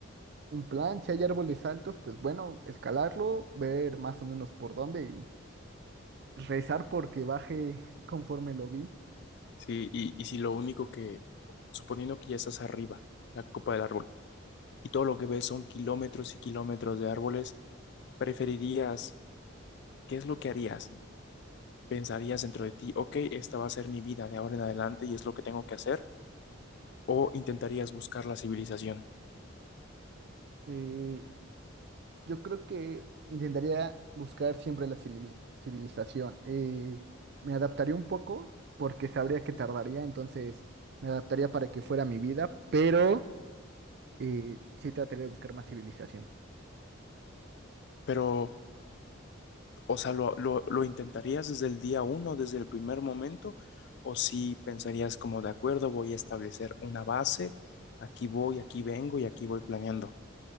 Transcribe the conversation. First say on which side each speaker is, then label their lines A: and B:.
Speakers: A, on the right; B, on the left.
A: un plan. Si hay árboles altos, pues bueno, escalarlo, ver más o menos por dónde y rezar porque baje <laughs> conforme lo vi.
B: sí, y, y si lo único que, suponiendo que ya estás arriba, la copa del árbol, y todo lo que ves son kilómetros y kilómetros de árboles, preferirías, ¿qué es lo que harías? ¿Pensarías dentro de ti, ok, esta va a ser mi vida de ahora en adelante y es lo que tengo que hacer? ¿O intentarías buscar la civilización?
A: Eh, Yo creo que intentaría buscar siempre la civili- civilización. Eh, me adaptaría un poco porque sabría que tardaría, entonces me adaptaría para que fuera mi vida, pero eh, sí trataría de buscar más civilización.
B: Pero, o sea, ¿lo, lo, lo intentarías desde el día uno, desde el primer momento? ¿O si pensarías como, de acuerdo, voy a establecer una base, aquí voy, aquí vengo y aquí voy planeando?